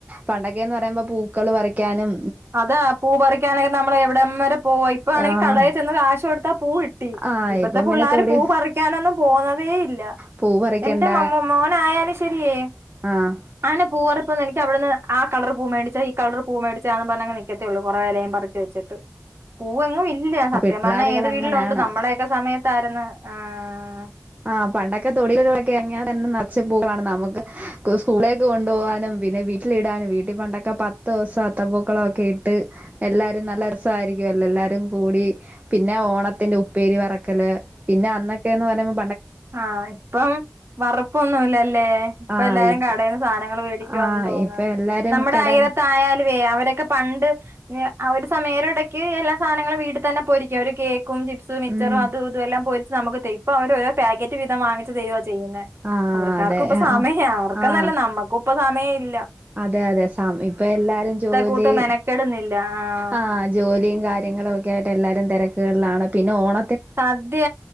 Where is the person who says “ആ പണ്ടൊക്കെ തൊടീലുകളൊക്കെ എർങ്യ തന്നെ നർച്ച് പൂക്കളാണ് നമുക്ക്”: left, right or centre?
Right